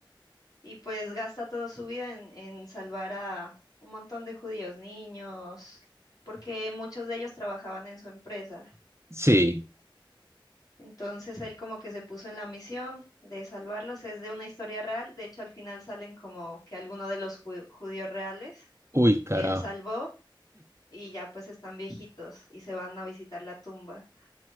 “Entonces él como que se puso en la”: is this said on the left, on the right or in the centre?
Left